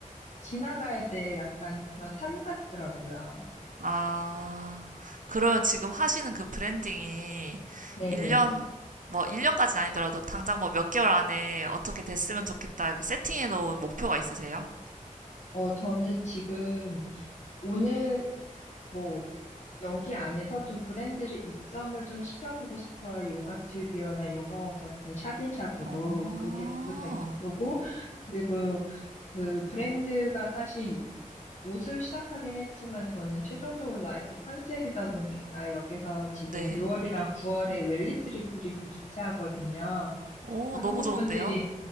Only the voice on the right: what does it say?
아, 그러면 지금 하시는 그 브랜딩이
1년, 뭐 1년까지는 아니더라도 당장 뭐 몇 개월 안에 어떻게 됐으면 좋겠다 이렇게 세팅해 놓은 목표가 있으세요?
어,
네.
오,
너무 좋은데요?